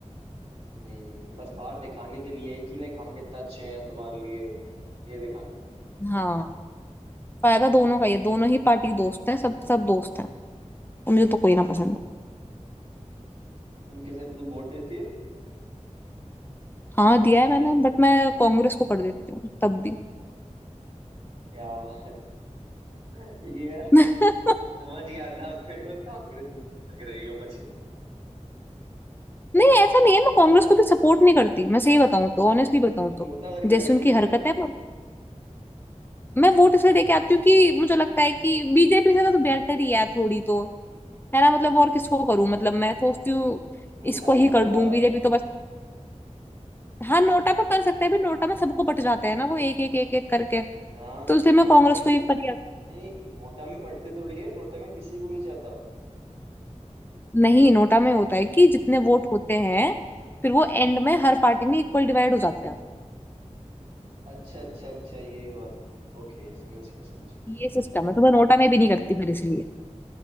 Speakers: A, on the right; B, on the left.
A: हम्म बस बाहर दिखाने के लिए है कि लाइक हम कितना अच्छे हैं तुम्हारे लिए बस ये दिखाना है
B: हाँ फायदा दोनों का ही है दोनों ही पार्टी के दोस्त हैं सब सब दोस्त हैं और मुझे तो कोई ना पसंद
A: तुम किसे तुम वोट देती हो
B: हाँ दिया है मैंने बट मैं कांग्रेस को कर देती हूँ तब भी
A: क्या बात है। <laughs> ये
B: <laughs>
A: समझ गया था फिर वो कांग्रेस वाली लग रही हो मुझे
B: नहीं ऐसा नहीं है मैं कांग्रेस को भी सपोर्ट नहीं करती मैं सही बताऊं तो ऑनेस्टली बताऊं
A: तो
B: तो
A: नोटा करके
B: जैसी
A: आती
B: उनकी
A: है ना
B: हरकत
A: फिर
B: है मैं मैं वोट इसलिए दे के आती हूँ कि मुझे लगता है कि बीजेपी से तो बेटर ही है थोड़ी तो है ना मतलब और किसको करूं मतलब मैं सोचती हूँ
A: NOTA
B: इसको ही
A: NOTA
B: कर दूं बीजेपी तो बस हाँ नोटा पे कर सकते हैं भी नोटा में सबको बट जाते हैं ना वो एक एक एक एक करके
A: ना
B: तो इसलिए मैं
A: बढ़ते
B: कांग्रेस
A: किसी
B: को ही पर
A: नहीं नोटा में बढ़ते थोड़ी है नोटा में किसी को नहीं जाता
B: नहीं नोटा में होता है कि जितने वोट होते हैं फिर वो एंड में हर पार्टी में इक्वल डिवाइड हो जाते हैं
A: अच्छा अच्छा अच्छा ये बात है ओके समझ गया समझ गया
B: ये सिस्टम है तो मैं नोटा में भी नहीं करती फिर इसलिए